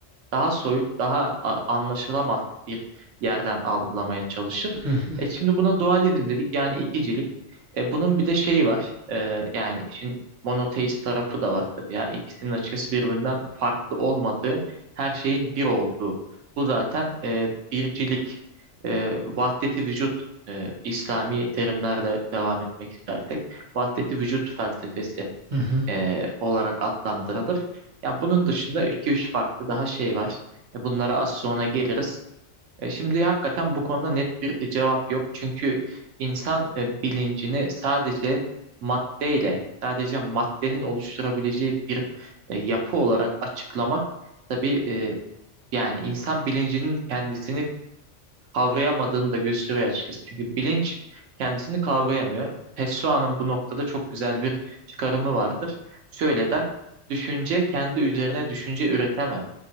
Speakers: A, on the right; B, on the right.
A: daha soyut, daha a- anlaşılamaz bir yerden algılamaya çalışır.
B: hı hı,
A: E şimdi buna dualizm dedik yani ikicilik. E bunun bir de şeyi var. E, yani işin monoteist tarafı da var tabii ya. İkisinin açıkçası birbirinden farklı olmadığı, her şeyin bir olduğu. Bu zaten e, bircilik, e, vahdeti vücut e, İslami terimlerle devam etmek istersek vahdeti vücut felsefesi
B: hı hı,
A: e, olarak adlandırılır. Ya bunun dışında iki üç farklı daha şey var. E, Bunlara az sonra geliriz. E, şimdi hakikaten bu konuda net bir e, cevap yok. Çünkü insan e, bilincini sadece maddeyle, sadece maddenin oluşturabileceği bir e, yapı olarak açıklamak tabii e, yani insan bilincinin kendisini kavrayamadığını da gösteriyor açıkçası. Çünkü bilinç kendisini kavrayamıyor. Pessoa'nın bu noktada çok güzel bir çıkarımı vardır. Şöyle der, düşünce kendi üzerine düşünce üretemez